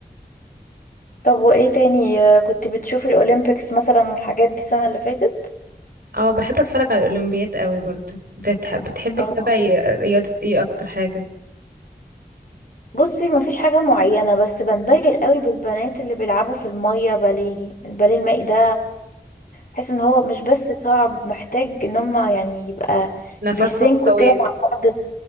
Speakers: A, on the left; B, on the right.
A: طب وايه تاني آه، كنت بتشوفي الاولمبيكس مثلا والحاجات دي السنه اللي فاتت
B: اه بحب اتفرج على الأولمبيات قوي برضو بتح- بتحبي
A: آه.
B: تتابعي رياضة ايه اكتر حاجة
A: بصي مفيش حاجه معينه بس بنبهر قوي بالبنات اللي بيلعبوا في الميه باليه الباليه المائي ده بحس ان هو مش بس صعب محتاج ان هم يعني يبقى
B: نفسهم
A: بيسنكوا
B: طويل
A: كده مع بعض